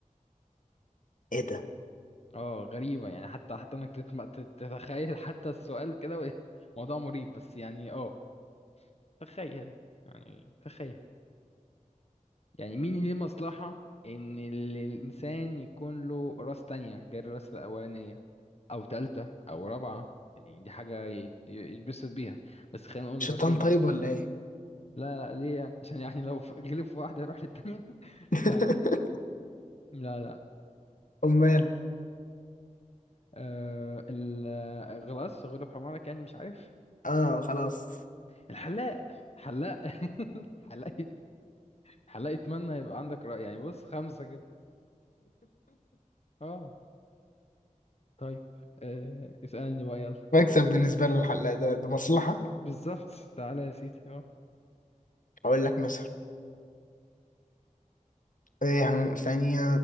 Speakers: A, on the left; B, on the left.
A: ايه ده
B: اه غريبة يعني حتى حتى انك تتم... تت- تتخيل حتى السؤال كده و- <laughs> موضوع مريب بس يعني اه تخيل يعني تخيل يعني مين ليه مصلحة ان ال- الانسان يكون له راس تانية غير الراس الاولانية او تالتة او رابعة يعني دي حاجة ي- يتبسط بيها بس خلينا نقول
A: شيطان
B: راسين
A: طيب ولا ايه
B: لا لا ليه يعني عشان يعني لو ف- غلب في واحدة يروح للتانية <laughs>
A: <laughs>
B: لا لا لا
A: امال
B: أه ال- الغلاس غلب حمارك يعني مش عارف
A: اه خلاص
B: الحلاق حلاق <laughs> حلاق حلاق يتمنى يبقى عندك رأي يعني بص خمسة كده اه طيب آه اسألني بقى يلا
A: مكسب بالنسبه له الحلقه ده ده مصلحه
B: بالظبط تعالى يا سيدي اه
A: اقول لك مثلا إيه ثانيه